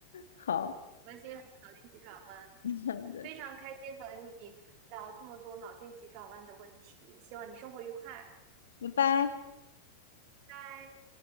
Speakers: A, on the left; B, on the right.
A: 好，
B: 我关心还是脑筋急转弯。
A: <laughs> 对，
B: 非常开心和你聊这么多脑筋急转弯的问题，希望你生活愉快，拜
A: 拜拜。
B: 拜